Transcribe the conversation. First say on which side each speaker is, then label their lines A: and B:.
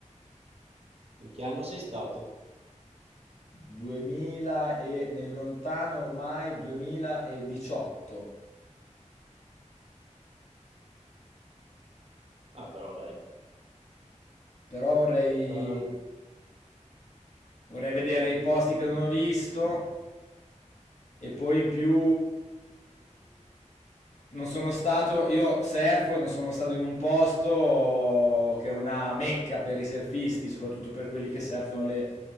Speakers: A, on the right; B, on the left.
A: In che anno sei stato?
B: 2000 e nel lontano ormai 2018.
A: Ah, però dai,
B: Però vorrei
A: sarà un-
B: vorrei vedere i posti che non ho visto E poi in più non sono stato, io surfo e non sono stato in un posto che è una mecca per i surfisti, soprattutto per quelli che surfano le,